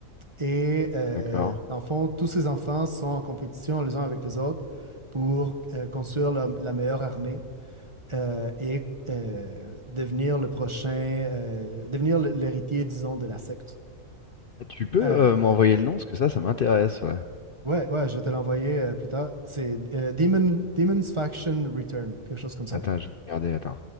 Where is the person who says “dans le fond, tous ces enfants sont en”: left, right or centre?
Right